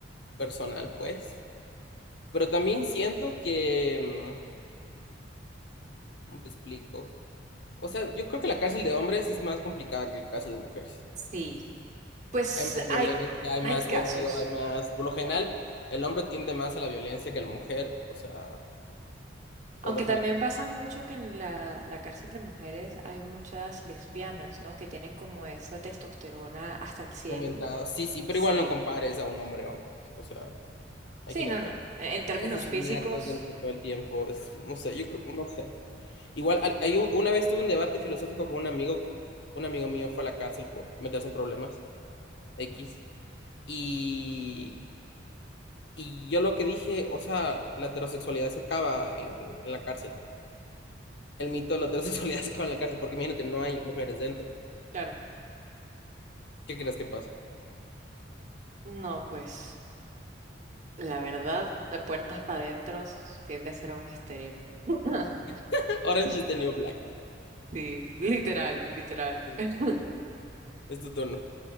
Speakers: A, on the left (about 65°); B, on the right (about 40°).
A: personal, pues. Pero también siento que, mm, ¿cómo te explico? O sea, yo creo que la cárcel de hombres es más complicada que la cárcel de mujeres.
B: Sí. Pues
A: Hay más violencia,
B: hay,
A: hay
B: hay
A: más
B: casos.
A: odio, hay más... Por lo general, el hombre tiende más a la violencia que la mujer. O sea,
B: Aunque
A: por lo general.
B: también pasa mucho que en la, la cárcel de mujeres hay muchas lesbianas, ¿no? Que tienen como esa testosterona hasta el cielo.
A: Comentado. Sí, sí, pero
B: Sí.
A: igual no compares a un hombre, hombre. O sea, imagínate.
B: Sí, no, no. e- En términos
A: Hay asesinatos
B: físicos,
A: dentro de todo el tiempo. es- no sé, yo creo, no sé. Igual, al- hay un- una vez tuve un debate filosófico con un amigo. Un amigo mío fue a la cárcel por meterse en problemas X. Y, y yo lo que dije, o sea, la heterosexualidad se acaba en, en la cárcel. El mito de la heterosexualidad <laughs> se acaba en la cárcel porque imagínate, no hay mujeres dentro.
B: claro.
A: ¿Qué crees que pasa?
B: No, pues la verdad, de puertas para adentro tiende a ser un misterio. <laughs>
A: <laughs> Orange is the new black.
B: Sí, literal, literal.
A: Sí,
B: <laughs>
A: es tu turno.